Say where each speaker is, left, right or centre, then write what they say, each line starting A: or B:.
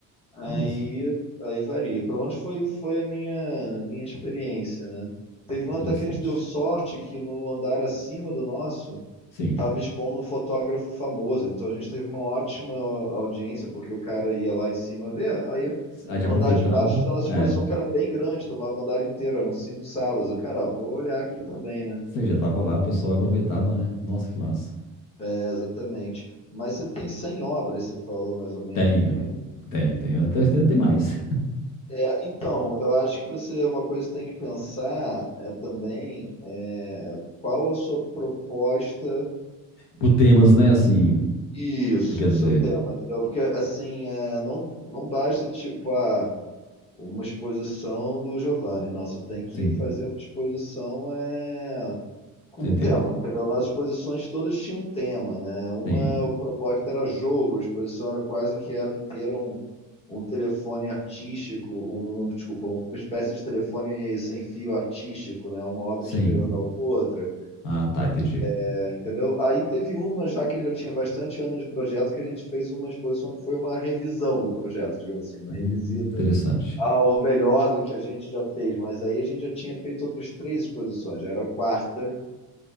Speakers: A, on the left; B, on the left.
A: Aí,
B: Nossa,
A: aí varia. Pelo menos foi, foi a minha, minha experiência, né? Teve
B: interessante.
A: um até que a gente deu sorte que no andar acima do nosso
B: Sim.
A: Tava expondo um fotógrafo famoso, então a gente teve uma ótima audiência, porque o cara ia lá em cima ver, aí
B: Aí já
A: no
B: aproveitava,
A: andar de baixo tinha a nossa
B: é.
A: exposição que era bem grande, tomava o andar inteiro, eram cinco salas. Eu, cara, vou olhar aqui também, né?
B: Você já tava lá, o pessoal aproveitava, né? Nossa, que massa.
A: É, exatamente. Mas você tem 100 obras, você falou mais ou menos,
B: Tenho,
A: não é isso?
B: tenho, tenho. Até, tem até mais.
A: É, então, eu acho que você, uma coisa que tem que pensar é também é, qual a sua proposta,
B: Por temas, né? Assim,
A: isso,
B: você quer dizer.
A: seu tema, entendeu? Porque, assim, é, não, não basta, tipo, ah, uma exposição do Giovanni. Não, você tem que
B: Sim,
A: fazer uma exposição é, com
B: eu entendo.
A: um tema, entendeu? Nas exposições todas tinham um tema, né? Uma,
B: Sim,
A: a proposta era jogo, a exposição era quase que ela inteira um, um telefone artístico, um, um, desculpa, um- uma espécie de telefone sem fio artístico, né? Uma obra
B: sim.
A: inspirando a outra,
B: Ah, tá, entendi.
A: né? entendeu? Aí teve uma, já que já tinha bastante anos de projeto, que a gente fez uma exposição que foi uma revisão do projeto, digamos assim, uma revisita
B: Hum, interessante.
A: ao melhor do que a gente já fez, mas aí a gente já tinha feito outras três exposições, já era a quarta,